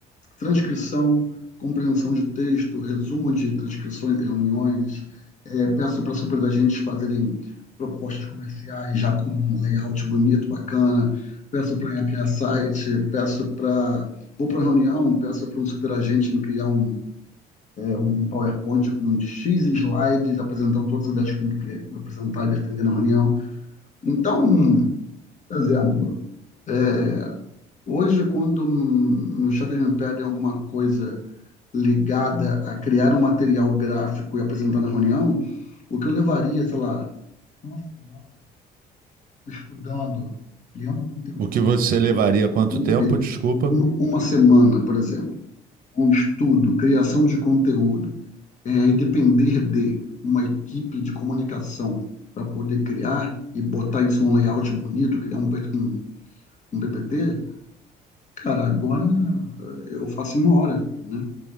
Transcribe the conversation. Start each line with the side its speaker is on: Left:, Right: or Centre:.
Left: transcrição, compreensão de texto, resumo de transcrições e reuniões. É, peço para super da gente fazerem propostas comerciais já com um layout bonito, bacana. Peço para eu criar site, peço para. Vou para uma reunião, peço para um superagente me criar um, é, um PowerPoint com um X slides apresentando todas as ideias que tem que criar, apresentar e defender na reunião. Então, por exemplo, é, Hoje, quando hum, meus chefes me pedem alguma coisa ligada a criar um material gráfico e apresentar na reunião, o que eu levaria, sei lá, uma semana estudando, criando conteúdo,
Right: O que você levaria quanto
Left: equipe,
Right: tempo? Desculpa.
Left: uma, uma semana, por exemplo, com estudo, criação de conteúdo, é, e depender de uma equipe de comunicação para poder criar e botar isso num layout bonito, criar um, P- um, um PPT, cara, agora eh, eu faço em uma hora, né?